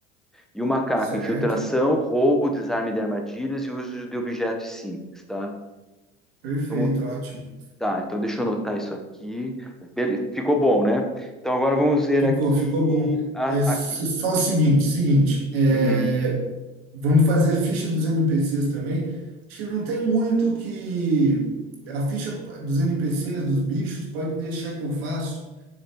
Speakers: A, in the centre; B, on the right.
A: E o macaco,
B: Certo?
A: infiltração, roubo, desarme de armadilhas e uso de objetos simples, tá?
B: Perfeito,
A: Vamos,
B: ótimo.
A: tá, então deixa eu anotar isso aqui. Bele- ficou bom, né? Então agora vamos ver
B: Ficou,
A: aqui.
B: ficou bom.
A: a-
B: É s-
A: aqui.
B: só o seguinte, seguinte, é,
A: Uhum.
B: vamos fazer a ficha dos NPCs também. Acho que não tem muito o que a ficha dos NPCs, dos bichos, pode deixar que eu faço.